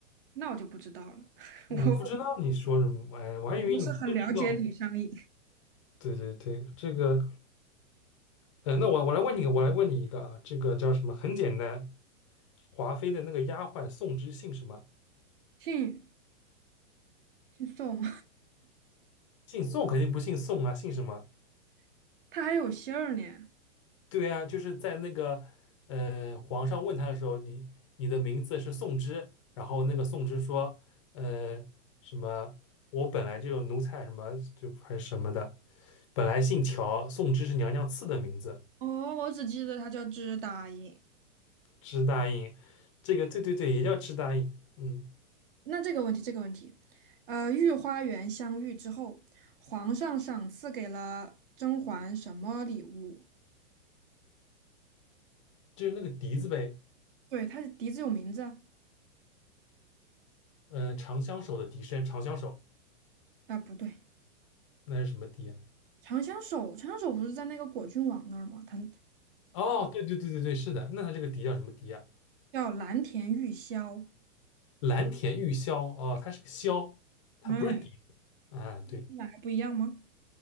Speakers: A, on the right; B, on the left.
A: 那我就不知道了，<laughs>
B: 你不知道你说什么？哎，我还以为你都知道呢。
A: 我我不是很了解李商隐，
B: 对对对，这个，呃，那我我来问你，我来问你一个啊，这个叫什么？很简单，华妃的那个丫鬟宋芝姓什么？
A: 姓姓宋，
B: 姓宋肯定不姓宋啊，姓什么？
A: <laughs> 他还有姓儿呢。
B: 对啊，就是在那个呃皇上问他的时候，你你的名字是宋芝，然后那个宋芝说，呃，什么？我本来就个奴才什么就还是什么的，本来姓乔，宋芝是娘娘赐的名字。
A: 哦，我只记得他叫支答应。
B: 支大印，这个对对对，也叫支大印，嗯，
A: 那这个问题，这个问题，呃，御花园相遇之后，皇上赏赐给了甄嬛什么礼物？
B: 就是那个笛子呗，
A: 对，他的笛子有名字啊，
B: 嗯、长相守的笛声，长相守，
A: 啊不对。
B: 那是什么笛啊？
A: 长相守，长相守不是在那个果郡王那儿吗？他
B: 哦，对对对对对，是的，那它这个笛叫什么笛啊？
A: 叫蓝田玉箫，
B: 蓝田玉箫，哦，它是个箫，它不是笛子啊，
A: 哎，
B: 对，
A: 那还不一样吗？